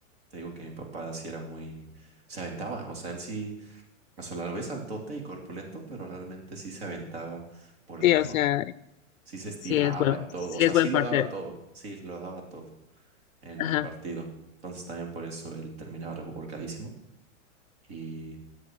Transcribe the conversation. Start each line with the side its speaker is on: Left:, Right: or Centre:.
Right: te digo que mi papá sí era muy, se aventaba, o sea, él sí, o sea, a la vez altote y corpulento, pero realmente sí se aventaba por el
Left: Sí,
Right: balón,
Left: o sea,
Right: sí se estiraba
Left: sí es buen,
Right: y todo,
Left: sí
Right: o sea,
Left: es buen
Right: sí lo
Left: partner.
Right: daba todo, sí lo daba todo en
Left: Ajá.
Right: el partido. Entonces también por eso él terminaba revolcadísimo y,